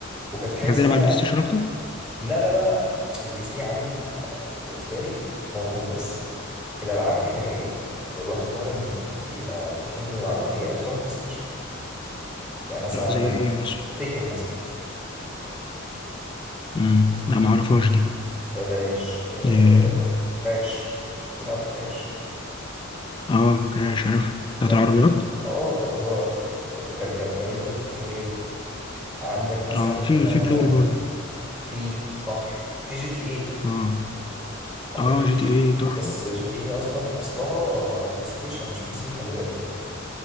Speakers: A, in the centre; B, on the left.
A: وكانت في حاجه
B: <laughs> انت
A: اسمها
B: بتلعب على البلاي ستيشن اكتر
A: لا لا لا لا البي سي عندي بالنسبه لي موجود بس الالعاب الحقيقيه اللي الواحد فعلا بيبقى بيحب إنه يلعبها هي اكترها بلاي ستيشن يعني مثلا
B: طب
A: عندك
B: زي ايه مثلا
A: تيكن مثلا
B: امم لا ما اعرفهاش دي
A: آه، بلاش آه،
B: إيه،
A: كراش كده عارف كراش
B: اه كراش عارف بتاعت
A: جامدة
B: العربيات
A: اه اللي هو كانت جم- جميلة جميلة جدا عندك مثلا
B: اه في
A: آه،
B: في بلور برضه
A: في صح في جي تي اي
B: اه
A: على
B: اه
A: فكرة
B: جي
A: جي
B: تي ايه تحفه
A: بس جي تي اي اصلا اصلها بلاي ستيشن مش بي سي خلي بالك